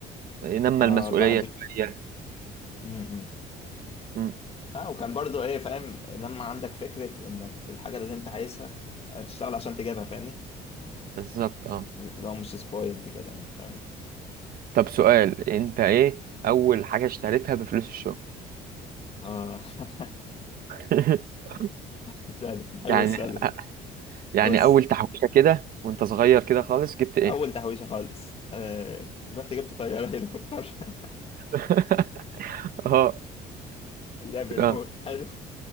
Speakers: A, on the right; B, on the left.
A: نمى
B: آه
A: المسؤولية
B: بعد
A: شوية
B: م- م.
A: مم.
B: اه وكان برضو ايه فاهم لما عندك فكره انك الحاجه اللي انت عايزها تشتغل عشان تجيبها فاهمني
A: بالظبط اه
B: لو مش سبويلد كده فاهم
A: طب سؤال انت ايه اول حاجة اشتريتها بفلوس الشغل
B: اه <laughs>
A: <laughs>
B: مش عارف حلو
A: يعني
B: السؤال ده
A: يعني
B: بص
A: اول تحويشة كده وانت صغير كده خالص جبت ايه
B: اول تحويشه خالص آه. رحت جبت طياره هليكوبتر <laughs>
A: <laughs> اه
B: اللي هي بريموت
A: اه
B: <laughs> حلو